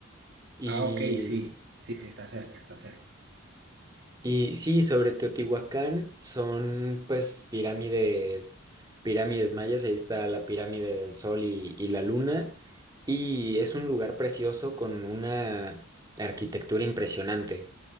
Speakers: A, on the right; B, on the right.
A: y
B: Ah, ok, sí, sí, sí, está cerca, está cerca.
A: Y sí, sobre Teotihuacán son pues pirámides, pirámides mayas, ahí está la pirámide del Sol y, y la Luna, y es un lugar precioso con una arquitectura impresionante.